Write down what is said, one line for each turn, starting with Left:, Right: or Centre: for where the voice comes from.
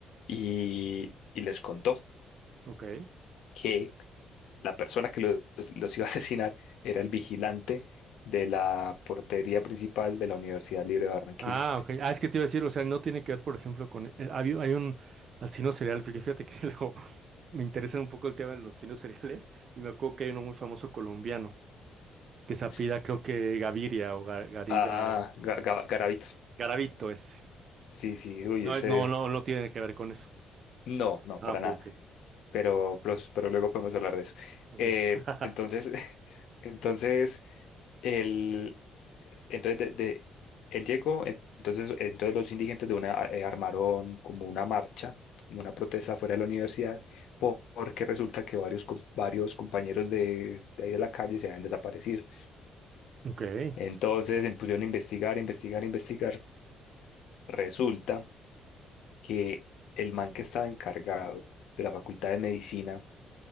Left: y, y les contó
Right: ok.
Left: que la persona que lo- los, los iba a <laughs> asesinar era el vigilante de la portería principal de la Universidad Libre de Barranquilla.
Right: Ah, ok. Ah, es que te iba a decir, o sea, no tiene que ver, por ejemplo, con... eh, Hay, un hay un asesino serial, fí- fíjate que <laughs> luego me interesa un poco el tema de los asesinos seriales y me acuerdo que hay uno muy famoso colombiano que se apida,
Left: S-
Right: creo que Gaviria o Ga- Gariba,
Left: Ah,
Right: o
Left: Ga- Ga- Garavito.
Right: Garavito ese.
Left: Sí, sí, uy,
Right: No,
Left: ese...
Right: es- no, no, no tiene que ver con eso.
Left: No, no,
Right: Ah,
Left: para
Right: ok,
Left: nada.
Right: ok.
Left: Pero, pero, pero luego podemos hablar de eso.
Right: Ok.
Left: Eh,
Right: <laughs>
Left: entonces, <laughs> entonces... El, entonces, de, de- él llegó, en- entonces, entonces los indigentes de una eh, armaron como una marcha, como una protesta fuera de la universidad, po- porque resulta que varios, com- varios compañeros de, de ahí de la calle se habían desaparecido.
Right: Ok.
Left: Entonces se pusieron a investigar, investigar, investigar. Resulta que el man que estaba encargado de la Facultad de Medicina